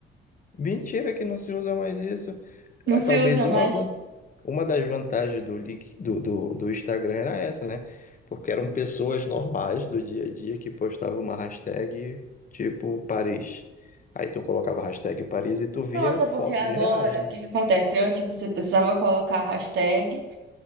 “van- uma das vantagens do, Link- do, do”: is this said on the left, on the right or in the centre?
Left